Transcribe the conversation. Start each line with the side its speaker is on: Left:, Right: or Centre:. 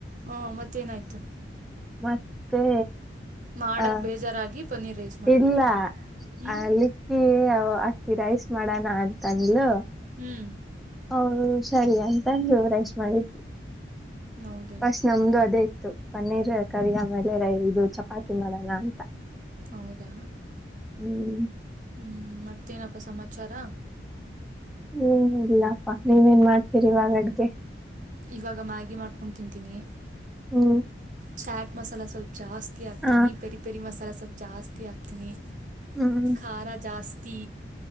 Right: ಹಾ ಮತ್ತೇನಾಯ್ತು
Centre: ಮತ್ತೆ
Right: ಮಾಡಕ್ಕೆ
Centre: ಆ
Right: ಬೇಜಾರಾಗಿ ಪನ್ನೀರ್ ರೈಸ್ ಮಾಡಿದ್ದೀರಾ
Centre: ಇಲ್ಲ
Right: ಹ್ಞೂ
Centre: ಅಲಿಕ್ಕಿ ಅಕ್ಕಿ ರೈಸ್ ಮಾಡೋಣ ಅಂತನ್ಲು
Right: ಹ್ಮ್
Centre: ಹ ಸರಿ ಅಂತಂದು ರೈಸ್ ಮಾಡಿದ್ವಿ
Right: ಹೌದೇನು
Centre: ಫಸ್ಟ್ ನಮ್ದು ಅದೇ ಇತ್ತು ಪನ್ನೀರ್ ಕರಿ ಆಮೇಲೆ ರೈ ಇದು ಚಪಾತಿ ಮಾಡಣ ಅಂತ
Right: ಹೌದಾ
Centre: ಹ್ಮ್
Right: ಹ್ಮ ಮತ್ತೇನಪ್ಪಾ ಸಮಾಚಾರ
Centre: ಹ್ಮ ಏನ್ ಇಲ್ಲಪ್ಪ ನೀವೇನ್ ಮಾಡ್ತೀರಿವಾಗಡ್ಗೆ
Right: ಇವಾಗ ಮ್ಯಾಗಿ ಮಾಡ್ಕೊಂಡು ತಿಂತೀನಿ
Centre: ಹ್ಮ
Right: ಚಾಟ್ ಮಸಾಲ ಸ್ವಲ್ಪ ಜಾಸ್ತಿ ಹಾಕ್ತೀನಿ
Centre: ಹ
Right: ಪೆರಿ ಪೆರಿ ಮಸಾಲ ಸ್ವಲ್ಪ ಜಾಸ್ತಿ ಹಾಕ್ತೀನಿ.
Centre: ಹ್ಮ
Right: ಖಾರ ಜಾಸ್ತಿ